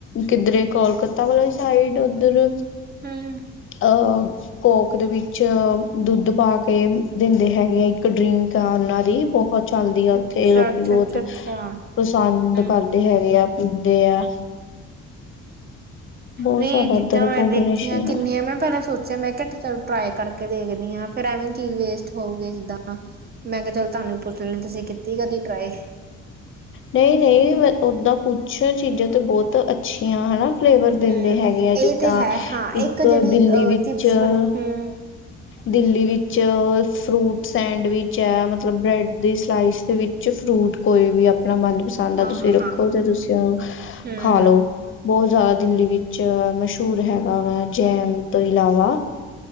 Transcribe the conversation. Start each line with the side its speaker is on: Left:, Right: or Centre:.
Left: ਕਿੱਧਰੇ ਕੋਲਕਾਤਾ ਵਾਲੀ ਸਾਈਡ ਔਦਰ
Right: ਹਮ।
Left: <unintelligible> ਕੋਕ ਦੇ ਵਿੱਚ ਦੁੱਧ ਪਾ ਕੇ ਦਿੰਦੇ ਹੈਗੇ ਆ, ਇੱਕ ਡਰਿੰਕ ਆ ਉਹਨਾਂ ਦੀ ਬਹੁਤ ਚੱਲਦੀ ਆ ਉੱਥੇ
Right: ਅੱਛਾ
Left: ਲੋਕੀ
Right: ਅੱਛਾ
Left: ਬਹੁਤ
Right: ਅੱਛਾ ਅੱਛਾ
Left: ਪਸੰਦ
Right: ਹਮ
Left: ਕਰਦੇ ਹੈਗੇ ਆ, ਪੀਂਦੇ ਆ। ਬਹੁਤ
Right: ਨਹੀਂ
Left: ਜ਼ਿਆਦਾ
Right: ਇਹ ਚੀਜ਼ਾਂ
Left: ਏਦਾਂ ਦਾ
Right: ਮੈਂ
Left: ਕੋਂਬੀਨੇਸ਼ਨ
Right: ਦੇਖੀਆਂ ਕਿੰਨੀਆਂ
Left: ਆ
Right: ਮੈਂ ਪਹਿਲਾਂ ਸੋਚਿਆ ਮੈਂ ਕਿਹਾ ਚੱਲ ਟਰਾਈ ਕਰਕੇ ਦੇਖਦੀ ਆ, ਫੇਰ ਐਵੇਂ ਚੀਜ਼ ਵੇਸਟ ਹੋਊਗੀ ਜਿੱਦਾਂ ਮੈਂ ਕਿਹਾ ਚੱਲ ਤੁਹਾਨੂੰ ਪੁੱਛ ਲੈਣੀ ਤੁਸੀਂ ਕੀਤੀ ਆ ਕਦੇ ਟਰਾਏ?
Left: ਨਹੀਂ, ਨਹੀਂ ਮੈਂ ਓਦਾਂ ਕੁਛ ਚੀਜ਼ਾਂ ਤੇ ਬਹੁਤ ਅੱਛੀਆਂ ਹਨਾ ਫਲੇਵਰ ਦਿੰਦੇ
Right: ਹਮ
Left: ਹੈਗੇ ਆ,
Right: ਇਹ
Left: ਜਿੱਦਾਂ
Right: ਤੇ ਹੈ ਹਾਂ
Left: ਇੱਕ
Right: ਜਿਹੜੀ
Left: ਦਿੱਲੀ
Right: ਅ
Left: ਵਿੱਚ
Right: ਚਿਪਸ
Left: ਅ
Right: ਵਾਲੀ ਹਮ
Left: ਦਿੱਲੀ ਵਿੱਚ ਫਰੂਟ ਸੈਂਡਵਿਚ ਆ, ਮਤਲਬ ਬ੍ਰੈਡ ਦੀ ਸਲਾਈਸ ਦੇ ਵਿੱਚ 'ਚ ਫਰੂਟ ਕੋਈ ਵੀ ਆਪਣਾ ਮਨਪਸੰਦ ਦਾ
Right: ਹਾਂ
Left: ਤੁਸੀਂ ਰੱਖੋ
Right: ਹਾਂ
Left: ਤੇ ਤੁਸੀਂ ਉਹਨੂੰ
Right: ਹਮ
Left: ਖਾ ਲੋ। ਬਹੁਤ ਜ਼ਿਆਦਾ ਦਿੱਲੀ ਵਿੱਚ ਮਸ਼ਹੂਰ ਹੈਗਾ ਵਾ, ਜੈਮ ਤੋਂ ਇਲਾਵਾ